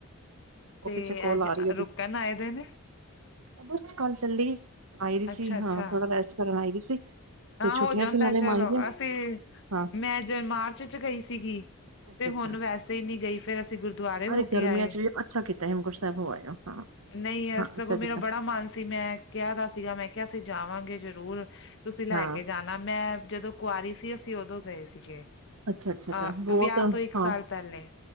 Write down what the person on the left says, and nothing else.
ਤੇ
ਐਜ
ਰੁਕਣ ਆਏ ਦੇ ਨੇ।
ਅੱਛਾ
ਅੱਛਾ
ਹਾਂ
ਹੋ ਜਾਂਦਾ
ਚਲੋ
ਅਸੀਂ
ਮੈ ਜ ਮਾਰਚ ਚ ਗਈ ਸੀਗੀ
ਤੇ ਹੁਣ ਵੈਸੇ ਹੀ ਨੀ ਗਈ, ਫੇਰ ਅਸੀ ਗੁਰਦੁਆਰੇ ਹੋ
ਕੇ
ਆਏ।
ਨਈ ਇਸ
ਸਗੋਂ
ਮੇਰਾ ਬੜਾ ਮਨ ਸੀ ਮੈਂ ਕੇਆ ਤਾ ਸੀਗਾ ਮੈਂ ਕੇਆ ਅਸੀਂ ਜਾਵਾਂਗੇ ਜਰੂਰ ਤੁਸੀਂ ਲੈ
ਕੇ ਜਾਣਾ ਮੈਂ ਜਦੋਂ ਕੁਆਰੀ ਸੀ ਅਸੀ ਉਦੋਂ ਗਏ ਸੀਗੇ,
ਆ
ਵੇਆ ਤੋਂ ਇੱਕ ਸਾਲ
ਪੈਲੇ।